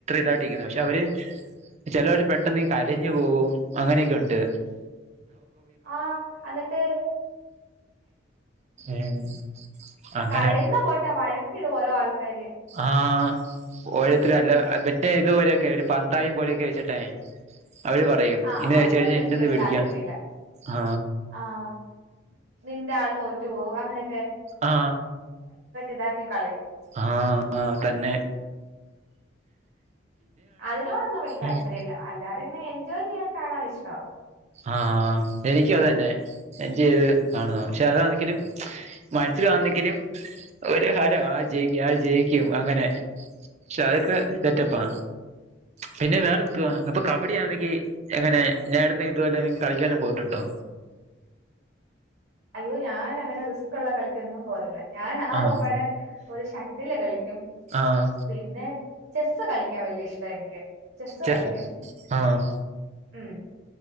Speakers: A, on the right; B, on the right.
A: താട്ടീക്ക്ന്ന് പക്ഷെ അവര് ചെലോര് പെട്ടെന്ന് കരഞ്ഞു പോവും അങ്ങനെയൊക്കെണ്ട്
B: ആഹ എന്നിട്ട്
A: ഉം അങ്ങനെ
B: കരുയുന്ന പോട്ടെ വഴക്കിടും ഓരോ ആൾക്കാര്
A: ആഹ ഓരോരുത്തര അല്ല മറ്റേ ഇതുപോലെയൊക്കെ ഒരു പന്തായം പോലെയൊക്കെ വെച്ചിട്ടെ അവര് പറയും
B: ആഹ
A: ഇന്ന്
B: അതിന്കൊണ്ടന്നും
A: വെച്ച് കഴിഞ്ഞാൽ
B: എനിക്കൊര്
A: ഇന്നത് മേടിക്കാം
B: താല്പര്യല്ല
A: ആ
B: ആഹ നിന്റെ ആൾ തോറ്റു പോകും അങ്ങനെ
A: അ
B: ഇതാക്കി കളയും
A: ആഹ് ആഹ തന്നെ <inaudible>
B: അതിനോടൊന്നും വല്യ താല്പര്യല്ല
A: ഉം
B: അല്ലാതിങ്ങനെ എൻജോയ് ചെയ്യാൻ കാണാൻ ഇഷ്ടോ
A: ആഹ ആ എനിക്കുതന്നെ എൻ ചെയ്ത് കാണുന്നു പക്ഷെ അതാണങ്കിലും മത്സരാന്നെങ്കിലും ഒരു ഹാരം ആ ജയിക്കും ആ ജയിക്കും അങ്ങനെ ക്ഷെ അതൊക്കെ സെറ്റപ്പാ പിന്നെ വേറെന്തുവാ അപ്പൊ കബഡിയാണെങ്കിഎങ്ങനെ നേ ഇതുപോലെ കളിക്കാനൊക്കെ പോയിട്ടുണ്ടോ
B: അയ്യോ ഞാൻ അങ്ങന റിസ്ക് ള്ള കളിക്കൊന്നും പോരല്ലേ ഞാൻ ആകപ്പാടെ
A: ആഹ്
B: ഒരു ഷട്ടില് കളിക്കും
A: ആഹ്
B: പിന്നെ ചെസ്സ് കളിക്കാൻ വല്ല്യ ഇഷ്ട എനിക്ക് ചെസ്സ്
A: ചെസ്സോ
B: കളിക്കും
A: ആഹ്
B: ഉം